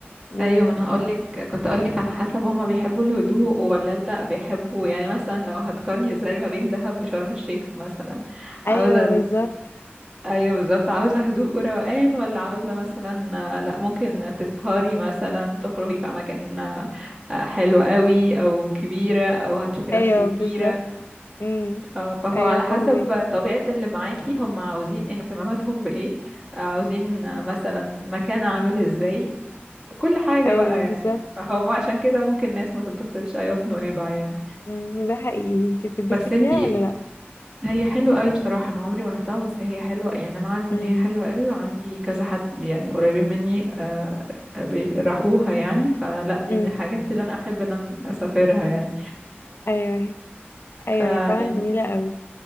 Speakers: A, on the left (about 65°); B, on the right (about 20°).
A: امم
B: ايوه ما انا هقولك كنت هقولك على حسب هما بيحبوا الهدوء ولا لا بيحبوا يعني مثلا لو هتقارني زي ما بين دهب وشرم الشيخ مثلا
A: ايوه
B: عاوزه ال-
A: بالظبط
B: ايوه بالظبط عاوزه هدوء وروقان ولا عاوزه مثلا آه، لا ممكن تسهري مثلا تخرجي في اماكن آه، آه، حلوه قوي او كبيره او هتشوفي ناس
A: ايوه
B: كتيره
A: بالظبط امم
B: اه فهو
A: ايوه
B: على
A: فاهمك
B: حسب طبيعة اللي معاكي هم عاوزين اهتماماتهم بإيه عاوزين مثلا مكان عامل ازاي كل حاجة
A: ايوه
B: بقى
A: بالظبط
B: يعني فهو عشان كده ممكن ناس ما تتبسطش أيوة في نويبع يعني
A: امم ده حقيقي انت بتتبسطي
B: بس
A: فيها
B: انتي
A: ولا لا
B: هي حلوة قوي بصراحة أنا عمري ما روحتها بس هي حلوة يعني أنا عارفة
A: امم
B: إن هي حلوة قوي وعندي كذا حد يعني قريبين مني آه، بي- راحوها يعني فلا دي
A: امم
B: من الحاجات اللي أنا أحب إن أنا أسافرها يعني
A: ايوه ايوه
B: أروحها
A: هي فعلا جميله قوي